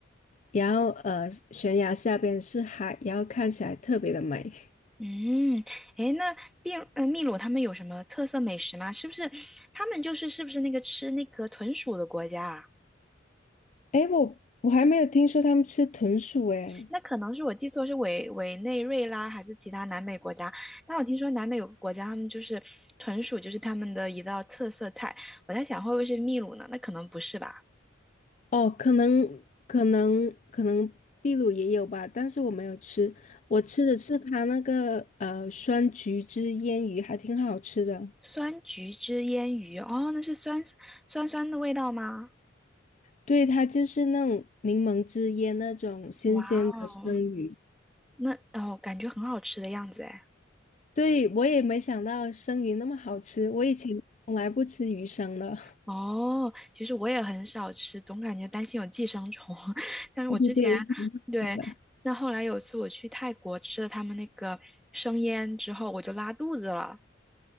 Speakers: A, on the left; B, in the centre.
A: 然后呃，悬崖下边是海，然后看起来特别的美。
B: 嗯，诶，那秘呃秘鲁他们有什么特色美食吗？是不是他们就是是不是那个吃那个豚鼠的国家啊？
A: 诶，我我还没有听说他们吃豚鼠诶。
B: 那可能是我记错，是委委内瑞拉还是其他南美国家？但我听说南美有个国家，他们就是豚鼠，就是他们的一道特色菜。我在想会不会是秘鲁呢？那可能不是吧？
A: 哦，可能可能可能秘鲁也有吧，但是我没有吃，我吃的是它那个呃酸橘汁腌鱼，还挺好吃的。
B: 酸橘汁腌鱼，哦，那是酸酸酸的味道吗？
A: 对，它就是那种柠檬汁腌那种新鲜的生鱼。
B: 哇哦！那哦，感觉很好吃的样子哎。
A: 对，我也没想到生鱼那么好吃，我以前从来不吃鱼生的。
B: 哦，其实我也很少吃，总感觉担心有寄生虫。<laughs>
A: <laughs>
B: 但是我之前
A: 对对对，我也晓得
B: 对，那后来有一次我去泰国吃了他们那个生腌之后，我就拉肚子了。